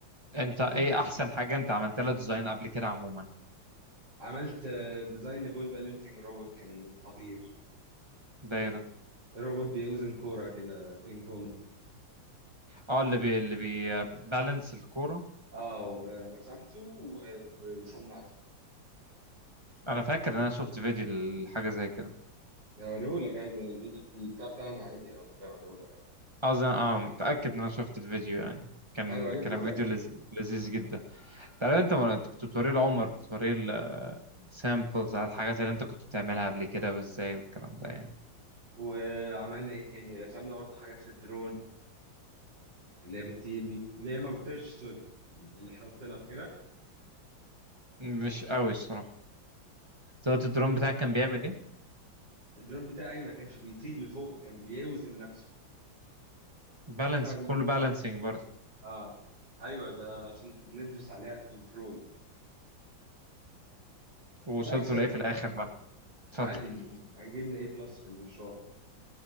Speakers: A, on the right (about 15°); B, on the right (about 60°).
A: انت ايه
B: إيه،
A: احسن حاجه انت عملت لها ديزاين قبل كده عموما
B: عملت آه، ديزاين لبول بالانسنج روبوت كان خطير
A: ده ايه ده
B: الروبوت بيوزن كورة كده بينج بونج
A: اه اللي بي اللي بيبالانس الكوره
B: اه و- آه، رسمته و- و- وصنعته
A: انا فاكر ان انا شفت فيديو لحاجه زي كده
B: هوريهولك عادي الفيديو البتاع بتاعنا عادي أو ممكن اوريهولك عادي
A: اظن اه متاكد ان انا شفت الفيديو يعني كان
B: انا وريتهولك
A: كان فيديو
B: عادي
A: لذ... لذيذ جدا تعالى انت ما أنت كنت بتوريه لعمر بتوريه السامبلز على الحاجات اللي انت كنت بتعملها قبل كده وازاي والكلام ده يعني
B: وعملنا ايه تاني رسمنا برضه حاجات في الدرون اللي هي بتطير دي اللي هي ما بتطيرش سوري اللي احنا ربطنا فاكرها
A: مش قوي الصراحه صوت الدرون بتاعك كان بيعمل ايه
B: الدرون بتاعي ما كانش بيطير لفوق كان بيوزن نفسه
A: بالانس
B: احنا
A: كله بالانسنج برضه
B: اه ايوه ده عشان ندرس عليها الكنترول
A: ووصلت
B: سألك سؤال
A: لايه في الاخر بقى اتفضل
B: عادي عجبنا ايه بلس في المشروع طب